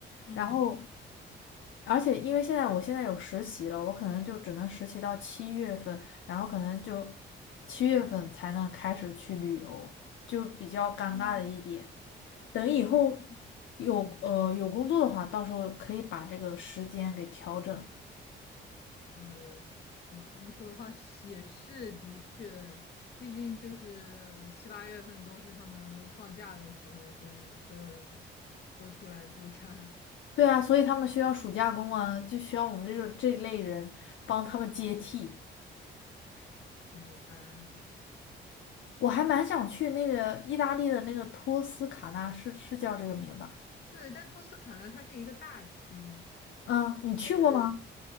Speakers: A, on the left (about 55°); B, on the left (about 70°).
A: 嗯
B: 然后，而且因为现在我现在有实习了，我可能就只能实习到七月份，然后可能就七月份才能开始去旅游，就比较尴尬的一点。
A: 嗯，
B: 等以后有呃有工作的话，
A: 七嗯。
B: 到时候可以把这个时间给调整。
A: 对，你这么说的话是也是的确，毕竟就是七八月份都是他们放假的时候，所以所有人都出来度假，
B: 对啊，所以他们需要暑假工啊，就需要我们这种这一类人帮他们接替。
A: <laughs> 没有办法。
B: 我还蛮想去那个意大利的那个托斯卡纳，是是叫这个名儿吧？
A: 对，但托斯卡纳它是一个大区，
B: 嗯，你去过吗？
A: 是，